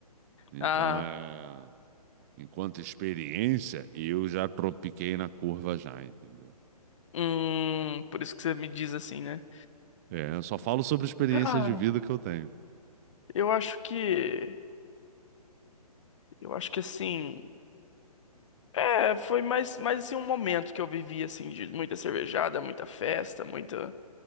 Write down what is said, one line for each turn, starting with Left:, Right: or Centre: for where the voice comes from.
Right: Então,
Left: Ah,
Right: é, enquanto experiência, eu já tropiquei na curva já, entendeu?
Left: hum, por isso que você me diz assim, né?
Right: É, eu só falo sobre experiência
Left: Cara,
Right: de vida que eu tenho.
Left: eu acho que, eu acho que assim, é, foi mais, mais assim um momento que eu vivi assim de muita cervejada, muita festa, muita.